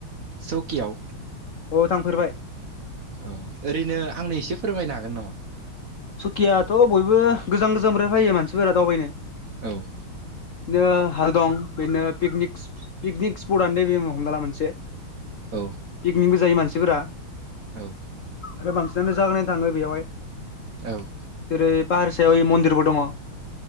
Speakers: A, on the right (about 55°); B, on the left (about 65°).
A: सकिआव
B: अ थांफेरबाय
A: औ ओरैनो आंनो एसे फोरमायनो हागोन नामा
B: सुकियाथ' बयबो गोजान गोजाननिफ्राय फैयो मानसिफोरा दावबायनो
A: औ
B: बिदिनो हाल दं बिदिनो पिकनिक पिकनिक स्पटआनो दानो नैबे हमना ला मोनसे
A: औ
B: पिकनिकबो जायो मानसिफोरा
A: औ
B: आरो बांसिनानो जागा नायनो थाङो बेवहाय
A: औ
B: जेरै पाहार सायाव यै मन्दिरबो दङ